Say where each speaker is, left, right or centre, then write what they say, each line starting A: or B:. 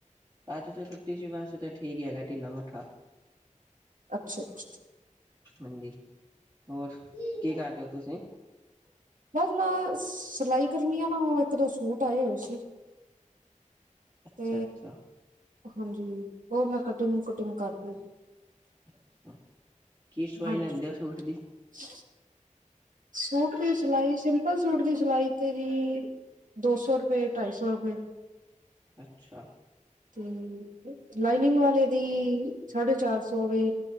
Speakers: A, on the right; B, on the right.
A: ਅੱਜ ਤੇ ਛੁੱਟੀ ਸੀ ਵੈਸੈ ਤੇ ਠੀਕ ਈ ਹੈਗਾ ਢਿੱਲਾ ਮੱਠਾ।
B: ਅੱਛਾ ਅੱਛਾ ਅੱਛਾ।
A: ਹਾਂਜੀ, ਹੋਰ ਕੀ ਕਰਦੇ ਓ ਤੁਸੀਂ?
B: ਬਸ ਮੈਂ ਸਿਲਾਈ ਕਰਨੀ ਆ ਨਾ, ਓ ਇੱਕ ਦੋ ਸੂਟ ਆਏ ਹੋਏ ਸੀ।
A: ਅੱਛਾ-
B: ਤੇ
A: ਅੱਛਾ।
B: ਹਾਂਜੀ, ਉਹ ਮੈਂ ਕਟਿੰਗ-ਕੁਟਿੰਗ ਕਰਕੇ
A: ਅਛਾ, ਕੀ ਸਵਾਈ
B: ਹਾਂਜੀ
A: ਲੈਂਦੇ ਆ ਸੂਟ ਦੀ?
B: <inaudible> ਸੂਟ ਦੀ ਸਿਲਾਈ, ਸਿੰਪਲ ਸੂਟ ਦੀ ਸਿਲਾਈ ਤੇ ਜੀ ਦੋ ਸੌ ਰੁਪਏ, ਢਾਈ ਸੌ ਰੁਪਏ।
A: ਅੱਛਾ।
B: ਤੇ ਲਾਈਨਿੰਗ ਵਾਲੇ ਦੀ ਸਾਢੇ ਚਾਰ ਸੌ ਵੇ।